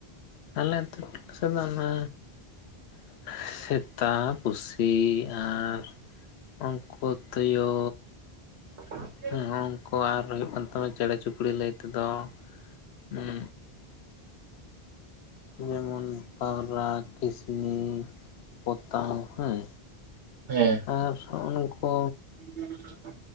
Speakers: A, on the left; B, on the right.
A: ᱟᱞᱮ ᱟᱹᱛᱩ <unintelligible> ᱫᱚ ᱚᱱᱟ <unintelligible> ᱛᱟ ᱯᱩᱥᱤ ᱟᱨ ᱩᱝᱠᱩ ᱛᱳᱭᱳ
B: <inaudible>
A: ᱦᱩ ᱩᱝᱠᱩ ᱟᱨ ᱦᱩᱭᱩᱜ ᱠᱟᱱ ᱛᱟᱢᱟ ᱪᱮᱬᱮ ᱪᱩᱯᱲᱤ ᱞᱟᱹᱭ ᱛᱮᱫᱚ ᱦᱮᱸ ᱡᱮᱢᱚᱱ ᱯᱟᱣᱨᱟ ᱠᱤᱥ ᱦᱩᱸ ᱯᱚᱛᱟᱢ ᱦᱮᱸ।
B: ᱦᱮᱸ
A: ᱟᱨ ᱦᱚᱦᱚ ᱱᱩᱠᱩ
B: <inaudible>